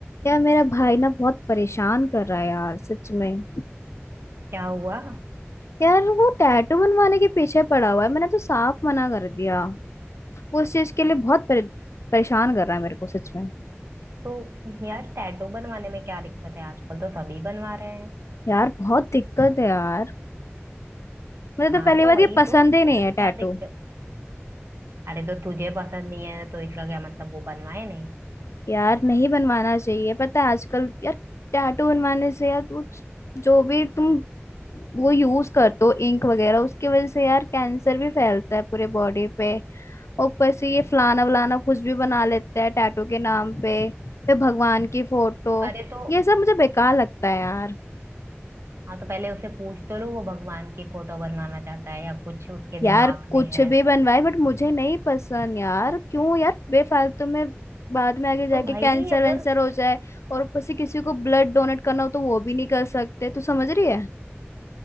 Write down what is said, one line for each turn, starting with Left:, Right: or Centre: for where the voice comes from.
Left: यार मेरा भाई ना बहुत परेशान कर रहा है यार सच में
Right: क्या हुआ
Left: यार वो टैटू बनवाने के पीछे पड़ा हुआ है मैंने तो साफ मना कर दिया वो उस चीज के लिए बहुत परे, परेशान कर रहा है मेरे को सच में
Right: तो यार टैटू बनवाने में क्या दिक्कत है आजकल तो सभी बनवा रहे हैं
Left: यार बहुत दिक्कत है यार मुझे
Right: हाँ
Left: तो पहली
Right: तो
Left: बात
Right: वही
Left: ये पसंद
Right: तो
Left: ही
Right: मतलब
Left: नहीं है टैटू
Right: क्या दिक्कत अरे तो तुझे पसंद नहीं है तो इसका क्या मतलब वो बनवाए नहीं
Left: यार नहीं बनवाना चाहिए पता है आजकल यार टैटू बनवाने से यार वो जो भी तुम वो यूज करते हो इंक वगैरह उसकी वजह से यार कैंसर भी फैलता है पूरे बॉडी पे ऊपर से ये फलाना वलाना कुछ भी बना लेते हैं टैटू के नाम पे फिर भगवान की फोटो
Right: अरे तो
Left: ये सब मुझे बेकार लगता है यार
Right: हाँ तो पहले उसे पूछ तो लो वो भगवान की फोटो बनवाना चाहता है या कुछ उसके
Left: यार
Right: दिमाग
Left: कुछ
Right: में है
Left: भी बनवाए बट मुझे नहीं पसंद यार क्यों यार बेफालतू में बाद में आगे जाके
Right: तो भाई
Left: कैंसर
Right: अगर
Left: वैंसर हो जाए और ऊपर से किसी को ब्लड डोनेट करना हो तो वो भी नहीं कर सकते तू समझ रही है